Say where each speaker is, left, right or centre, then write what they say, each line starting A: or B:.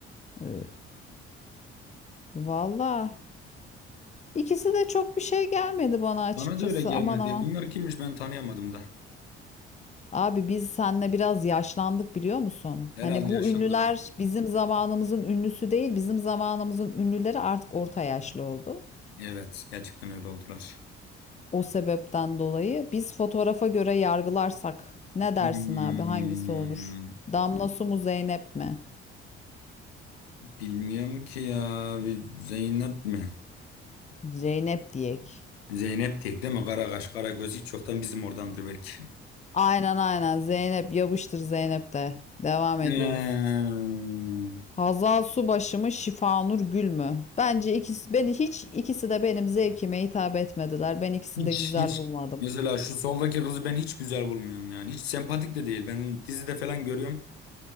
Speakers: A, on the left; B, on the left.
A: E, valla ikisi de çok bir şey gelmedi bana açıkçası
B: Bana da öyle gelmedi.
A: aman aman.
B: ya. Bunlar kimmiş ben tanıyamadım da.
A: Abi biz seninle biraz yaşlandık biliyor musun?
B: Herhalde
A: Hani bu
B: yaşlandım.
A: ünlüler bizim zamanımızın ünlüsü değil, bizim zamanımızın ünlüleri artık orta yaşlı oldu.
B: Evet gerçekten öyle oldular.
A: O sebepten dolayı biz fotoğrafa göre yargılarsak ne
B: Hmm,
A: dersin abi hangisi olur? Damla su mu Zeynep mi?
B: bilmiyorum ki ya. Bir Zeynep mi?
A: Zeynep diyek.
B: Zeynep tek değil mi? Karakaş, Karagöz hiç çoktan bizim oradandır belki.
A: Aynen aynen Zeynep yapıştır Zeynep de. Devam ediyoruz.
B: Hmm.
A: Hazal Subaşı mı Şifanur Gül mü? Bence ikisi beni hiç ikisi de benim zevkime hitap etmediler. Ben ikisini
B: Hiç
A: de güzel
B: hiç.
A: bulmadım.
B: Mesela şu soldaki kızı ben hiç güzel bulmuyorum yani. Hiç sempatik de değil. Ben dizide falan görüyorum.